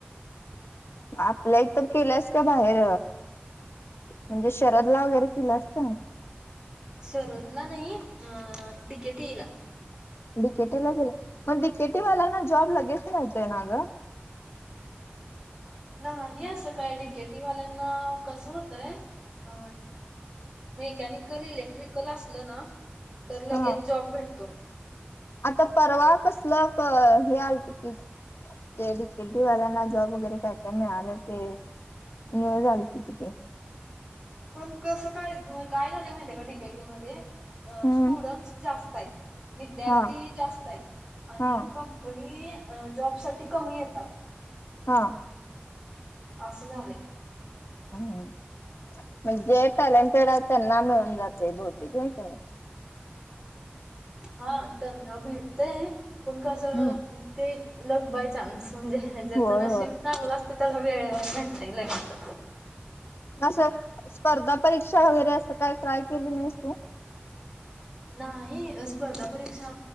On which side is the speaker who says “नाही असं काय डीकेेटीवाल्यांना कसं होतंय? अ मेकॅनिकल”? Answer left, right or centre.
Right